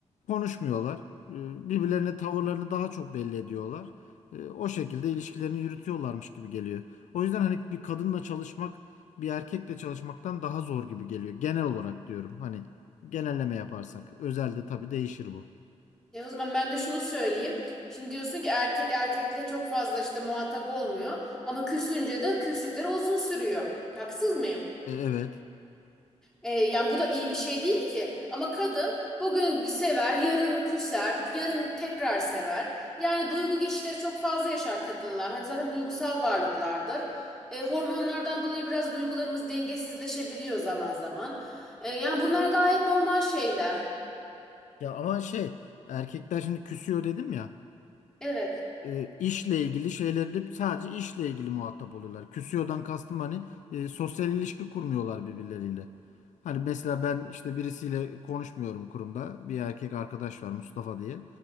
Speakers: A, on the left; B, in the centre.
A: konuşmuyorlar. E, birbirlerine tavırlarını daha çok belli ediyorlar. E, o şekilde ilişkilerini yürütüyorlarmış gibi geliyor. O yüzden hani bir kadınla çalışmak bir erkekle çalışmaktan daha zor gibi geliyor. Genel olarak diyorum. Hani genelleme yaparsak. Özelde tabii değişir bu.
B: e o zaman ben de şunu söyleyeyim. Şimdi diyorsun ki erkek erkekle çok fazla işte muhatap olmuyor. Ama küsünce de küslükleri uzun sürüyor. Haksız mıyım?
A: E, evet.
B: E, yani bu da iyi bir şey değil ki. Ama kadın bugün sever, yarın küser, yarın tekrar sever. Yani duygu geçişleri çok fazla yaşar kadınlar. Hani zaten duygusal varlıklardır. E, hormonlardan dolayı biraz duygularımız dengesizleşebiliyor zaman zaman. E, yani bunlar gayet normal şeyler.
A: Ya ama şey erkekler şimdi küsüyor dedim ya.
B: Evet.
A: e, işle ilgili şeylerde sadece işle ilgili muhatap oluyorlar. Küsüyordan kastım hani e, sosyal ilişki kurmuyorlar birbirleriyle. Hani mesela ben işte birisiyle konuşmuyorum kurumda. Bir erkek arkadaş var Mustafa diye.